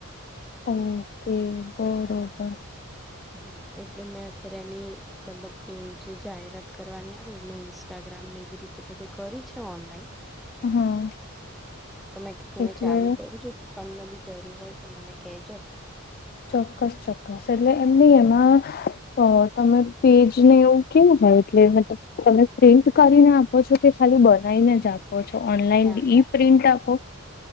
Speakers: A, on the left; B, in the centre.
A: <unintelligible>
B: હા એટલે મેં અત્યારે એની, મતલબ કે જે જાહેરાત કરવાની આવે મેં ઇન્સ્ટાગ્રામ ને એવી રીતે બધે કરી છે, ઓનલાઈન
A: હા
B: તમેં કી તું
A: એટલે
B: એ ચાલુ કરું છું, તમને ભી જરૂર હોય તો મને કેજો.
A: ચોક્કસ ચોક્કસ એટલે એમ નહીં એમાં તમે. પેજને એવું કેવું હોય એટલે મતલબ, તમે પ્રિન્ટ કરીને આપો છો કે ખાલી બનાવીને જ આપો. ઓછી ઓનલાઈન
B: ના ના
A: ઈ પ્રિન્ટ આપો,